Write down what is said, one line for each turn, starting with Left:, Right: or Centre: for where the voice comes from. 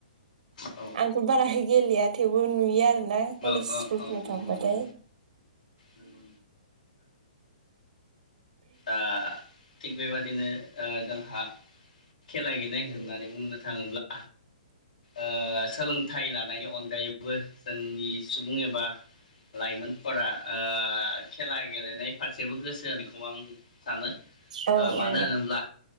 Left: औ
Right: आंथ' बाराहै गेलेया। थेवबो नुयो आरो। ना
Left: औ
Right: कलेज स्कुलफोराव
Left: औ औ नंगौ
Right: थांबाथाय।
Left: नंगौ नंगौ ओ थिग बेबादिनो ओ जोंहा खेला गेलेनाय होननानै बुंनो थाङोब्ला ओ सोलोंथ थाइ लानायनि अनगायैबो जोंनि सुबुं एबा लाइमोनफोरा ओ। <inaudible> खेला गेलेनाय फारसेबो गोसो होनायखौ आं सानो
Right: औ
Left: मानो
Right: औ
Left: होनोब्ला